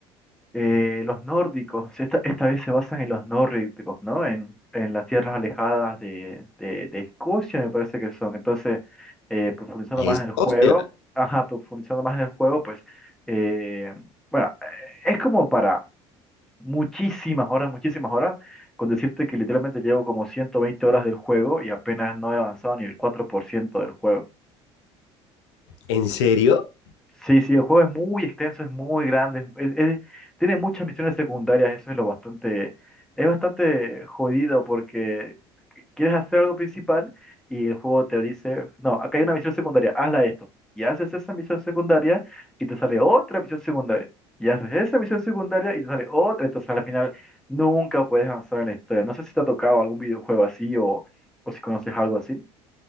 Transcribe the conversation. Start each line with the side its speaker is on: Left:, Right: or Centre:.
Centre: eh, los nórdicos, esta, esta vez se basan en los nórdicos, ¿no? En, en las tierras alejadas de, de, de Escocia, me parece que son. Entonces, eh, profundizando
Left: Es,
Centre: más en el juego,
Left: hostia.
Centre: ajá, profundizando más en el juego, pues, eh, bueno, eh, es como para muchísimas horas, muchísimas horas, con decirte que literalmente llevo como 120 horas del juego y apenas no he avanzado ni el 4% del juego.
Left: ¿En serio?
Centre: Sí, sí, el juego es muy extenso, es muy grande, es- es- tiene muchas misiones secundarias, eso es lo bastante, es bastante jodido porque qu- quieres hacer algo principal y el juego te dice, no, acá hay una misión secundaria, hazla esto. Y haces esa misión secundaria y te sale otra misión secundaria. Y haces esa misión secundaria y te sale otra, entonces al final nunca puedes avanzar en la historia. No sé si te ha tocado algún videojuego así o, o si conoces algo así.